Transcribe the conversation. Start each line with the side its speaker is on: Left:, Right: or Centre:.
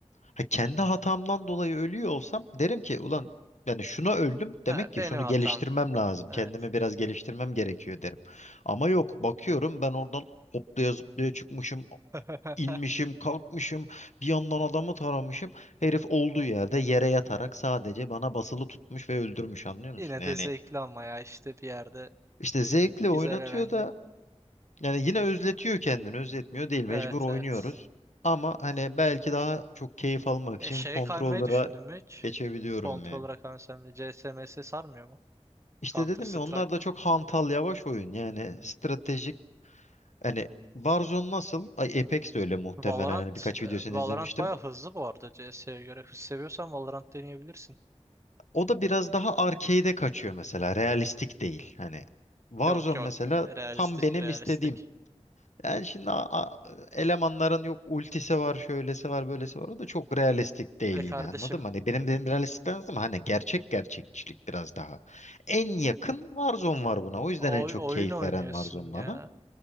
Left: Ha, kendi hatamdan dolayı ölüyor olsam derim ki ulan yani şuna öldüm
Right: Ha,
Left: demek ki
Right: benim
Left: şunu
Right: hatam.
Left: geliştirmem lazım.
Right: Evet.
Left: Kendimi biraz geliştirmem gerekiyor derim. Ama yok bakıyorum ben oradan hoplaya zıplaya çıkmışım,
Right: <laughs>
Left: inmişim, kalkmışım, bir yandan adamı taramışım. Herif olduğu yerde yere yatarak sadece bana basılı tutmuş ve öldürmüş anlıyor
Right: Yine
Left: musun? Yani
Right: de zevkli ama ya işte bir yerde
Left: işte zevkle
Right: güzel
Left: oynatıyor
Right: eğlence.
Left: da yani yine özletiyor kendini, özletmiyor değil mecbur
Right: Evet
Left: oynuyoruz.
Right: evet.
Left: Ama hani belki daha çok keyif almak
Right: E,
Left: için
Right: şeye
Left: kontrollere
Right: kaymayı düşündün mü hiç?
Left: geçebiliyorum
Right: Kontrolöre
Left: ya.
Right: kaysam da CSMS sarmıyor mu?
Left: İşte
Right: Counter
Left: dedim
Right: Strike.
Left: ya onlar da çok hantal yavaş oyun. Yani stratejik hani Warzone nasıl? Ay Apex de öyle muhtemelen.
Right: Valorant,
Left: Hani birkaç videosunu
Right: e, Valorant
Left: izlemiştim.
Right: baya hızlı bu arada CS'ye göre. Hız seviyorsan Valorant deneyebilirsin.
Left: O da biraz daha arcade'e kaçıyor mesela. Realistik değil. Hani Warzone
Right: Yok yok.
Left: mesela
Right: Realistik
Left: tam benim
Right: realistik.
Left: istediğim. Yani şimdi a- a- elemanların yok ultisi var, şöylesi var, böylesi var. O da çok realistik değil
Right: E
Left: yine
Right: kardeşim
Left: anladın mı? Hani benim benim realistikten ama hani gerçek gerçekçilik biraz daha. En yakın Warzone var buna. O yüzden
Right: oy-
Left: en çok
Right: oyun
Left: keyif
Right: oynuyorsun
Left: veren Warzone bana.
Right: ya.